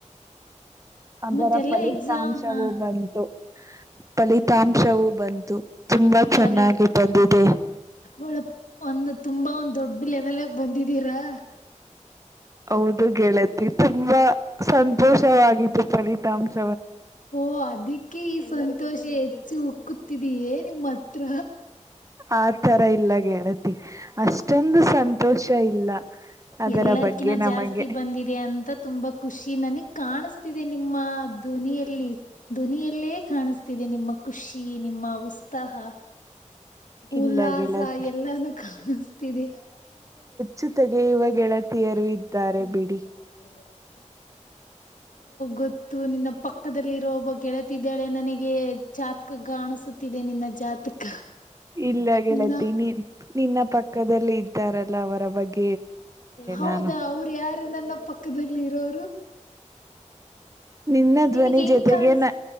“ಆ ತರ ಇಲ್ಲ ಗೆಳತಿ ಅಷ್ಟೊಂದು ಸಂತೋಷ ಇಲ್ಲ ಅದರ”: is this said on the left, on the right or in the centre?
Right